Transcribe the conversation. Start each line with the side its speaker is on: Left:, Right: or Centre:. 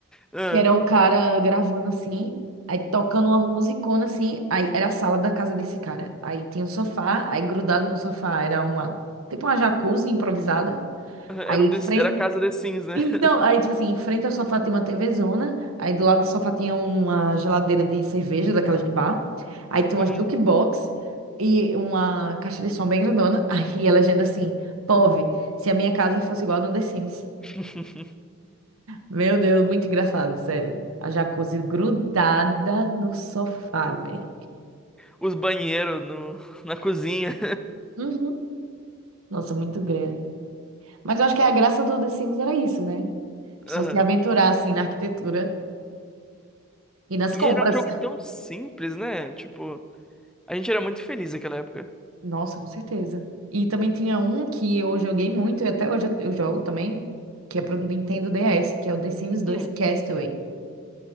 Centre: Ah,
Right: Que era um cara gravando assim, aí tocando uma musicona assim, aí era a sala da casa desse cara. Aí tinha um sofá, aí grudado no sofá era uma, tipo uma jacuzzi improvisada.
Centre: Era,
Right: Aí
Centre: o
Right: em
Centre: The-
Right: frente,
Centre: era a casa The Sims, né?
Right: então,
Centre: <laughs>
Right: aí tipo assim, em frente ao sofá tinha uma TVzona, aí do lado do sofá tinha uma geladeira de cerveja, daquelas de bar. Aí tinha umas
Centre: Uhum.
Right: jukebox e uma caixa de som bem grandona. <laughs> Aí a legenda assim, POV, se a minha casa fosse igual a no The Sims.
Centre: <laughs>
Right: Meu Deus, muito engraçado, sério. A jacuzzi grudada no sofá, velho.
Centre: Os banheiros no, na cozinha.
Right: Uhum. Nossa, muito grande. Mas eu acho que a graça do The Sims era isso, né? A pessoa
Centre: Aham.
Right: se aventurar, assim, na arquitetura e nas
Centre: E
Right: compras.
Centre: era um jogo tão simples, né? Tipo, a gente era muito feliz naquela época.
Right: Nossa, com certeza. E também tinha um que eu joguei muito, e até hoje eu, eu jogo também, que é pro Nintendo DS, que é o The Sims 2
Centre: Hum,
Right: Castaway.